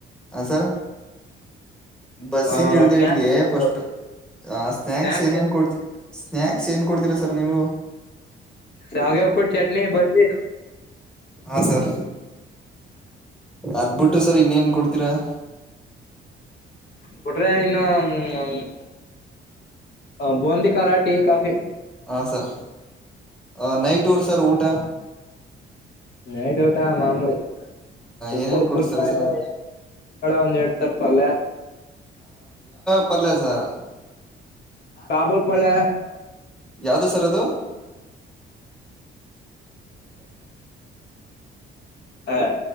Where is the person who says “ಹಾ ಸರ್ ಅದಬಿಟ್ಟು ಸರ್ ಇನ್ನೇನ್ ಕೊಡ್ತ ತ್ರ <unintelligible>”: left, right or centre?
Centre